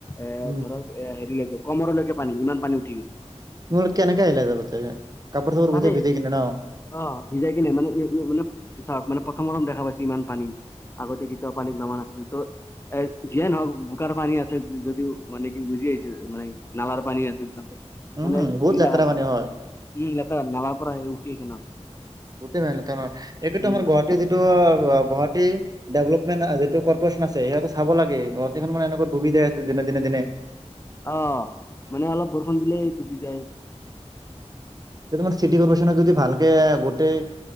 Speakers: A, on the left (about 20°); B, on the right (about 35°).
A: এ,
B: উম
A: ধৰক এ, হেৰিলৈকে কমৰলৈকে পানী, ইমান পানী উঠি গৈছে
B: ঘৰত কেনেকে আহিলা <unintelligible> কাপোৰ চাপুৰ
A: তাতে
B: গোটে ভিজাই কিনে ন
A: অ', ভিজাই কিনে, মানে <unintelligible> মানে চাওক, মানে প্ৰথম, প্ৰথম দেখা পাইছো ইমান পানী। আগতে কেতিয়াও পানী নমা নাছিলো, ত' এ, যিয়ে নহওক বোকাৰ পানী আছে যদিও, মানে কি ভিজি আহিছো, মানে নালাৰ পানী আছিল পোনে
B: উম,
A: <unintelligible>
B: বহুত লেতেৰা
A: নাই,
B: পানী
A: উম,
B: হয়।
A: লেতেৰা নালাৰ পৰা হেৰী উটি আহিছে ন
B: <unintelligible> একটোতো
A: উম
B: আমাৰ গুৱাহাটী যিটো আ, ৱা গুৱাহাটী ডেভলপমেণ্ট যিটো কৰ্পৰেচন আছে সিহতে চাব লাগে গুৱাহাটীখন মানে এনেকুৱা ডুবি যায় আছে দিনে দিনে দিনে
A: অ', মানে অলপ বৰষুণ দিলেই ডুবি যায়
B: তোমাৰ চিটি কৰ্পৰেচনৰ যদি ভালকে গটেই